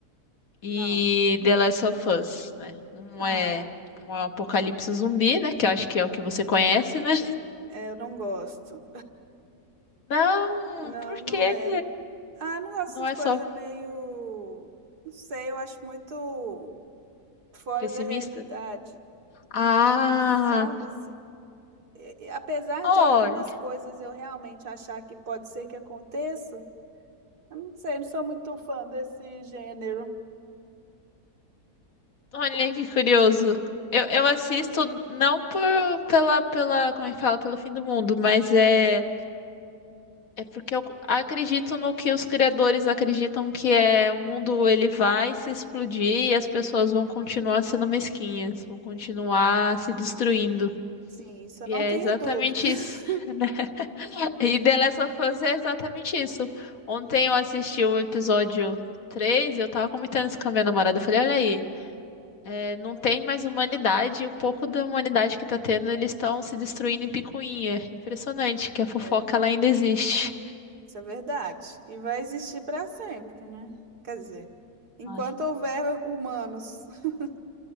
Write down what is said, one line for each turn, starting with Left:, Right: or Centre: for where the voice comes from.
Left: e
Right: não.
Left: The Last of Us, né? Um
Right: Ah,
Left: é um é um apocalipse zumbi, né? Que eu acho que é o que você conhece, né?
Right: é, eu não gosto.
Left: Não,
Right: Não,
Left: por
Right: não
Left: quê?
Right: é. Ah, não gosto
Left: Não
Right: dessas
Left: é
Right: coisas
Left: só
Right: meio. Não sei, eu acho muito fora
Left: pessimista?
Right: da realidade.
Left: Ah,
Right: Sabe? assim, e- e apesar
Left: olha,
Right: de algumas coisas eu realmente achar que pode ser que aconteça, eu não sei, eu não sou muito fã desse gênero.
Left: olha
Right: O-
Left: que curioso. Eu, eu assisto não por, pela, pela, como é que fala, pelo fim do mundo, mas é É porque eu acredito no que os criadores acreditam que é o mundo ele vai se explodir e as pessoas vão continuar sendo mesquinhas, vão continuar se
Right: Ah.
Left: destruindo.
Right: Sim, isso
Left: E
Right: eu não
Left: é
Right: tenho
Left: exatamente
Right: dúvida. <laughs>
Left: isso, <laughs> né? E The Last of Us é exatamente isso. Ontem eu assisti o episódio 3 e eu tava comentando isso com a minha namorada. Eu falei, olha aí, é, não tem mais humanidade, o pouco da humanidade que tá tendo, eles estão se destruindo em picuinha. Impressionante que a fofoca
Right: É,
Left: ela ainda existe.
Right: isso é verdade. E vai existir para sempre, né? Quer dizer, enquanto
Left: Ai,
Right: houver humanos. <laughs>